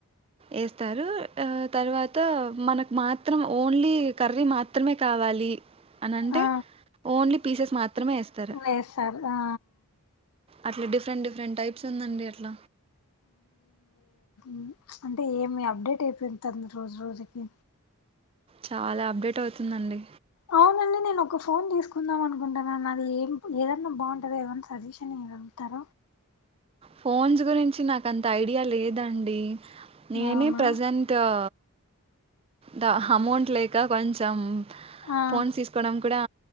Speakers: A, on the right; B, on the left.
A: ఎస్తారు ఆహ్ తర్ వాత మనక్ మాత్రం ఓన్ లీ కర్రీ మాత్రమే కావాలి లి అనంటే
B: ఆ
A: ఓన్లీ పీసెస్ మాత్రమే ఎస్తరు
B: వేస్తారు ఆ
A: అట్ల డిఫరెంట్ డిఫరెంట్ టైప్స్ ఉందండి అట్ల
B: మ్ అంటే ఏమి అప్డేట్ అయిపోయితాంది రోజు రోజుకి
A: చాలా అప్డేట్ అవుతుందండి
B: అవునండి నేను ఒక ఫోన్ తీసుకుందాం అనుకుంటన్నా నాది ఏం ఏదన్నా బావుంటది ఎమో అని సజెషన్ ఇ గలుగుతార
A: ఫోన్స్ గురించి నాకంత ఐడియా లేదండి నేనే
B: అవునా
A: ప్రెసెంట్ అ ద అమౌంట్ లేక కొంచెం
B: ఆ
A: ఫోన్స్ తీసుకోవడం కుడా